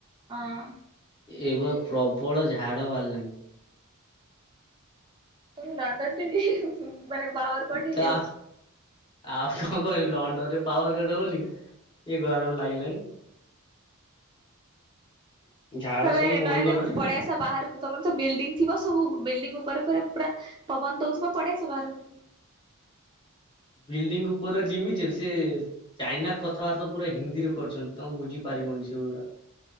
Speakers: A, on the right; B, on the left.
A: ଆଁ।
B: ଏବ ପ୍ରବଳ ଝାଡ଼ ବାରିଲାଣି।
A: ତମେ ଲଣ୍ଡନ ଟିଭି <unintelligible> ମାନେ ପାୱାରକଟ
B: ତା
A: ହେଇଯାଉଚି।
B: ଆଉ କଁ କରି ଲଣ୍ଡ ରେ ପାୱାର କଟ୍ ହଉନି। କି ଗରମ୍ ଲାଗିଲାଣି। ଝାଡ
A: ତମେ
B: ସବୁ ବୋହି
A: ନହେଲେ
B: ଗଲାଣି
A: ପଳେଇ
B: ଆଉ।
A: ଆସ ବାହାରକୁ ତମର ତ ବିଲ୍ଡିଙ୍ଗଂ ଥିବ ସବୁ ବିଲ୍ଡିଙ୍ଗ ଉପରେ ପରେ ପୁରା ପବନ ଦଉଥିବ ପଡେଆସ ବାହାରକୁ ଟିକେ।
B: ବିଲ୍ଡିଂ ଉପରେ ଜିମି ଯେ ସେ ଚାଇନାର୍ କଥାବାର୍ତ୍ତା ପୁରା ହିନ୍ଦୀରେ କରିଛନ୍ତି ତମେ ବୁଝିପାରିବନି ସେଗୁୁରା।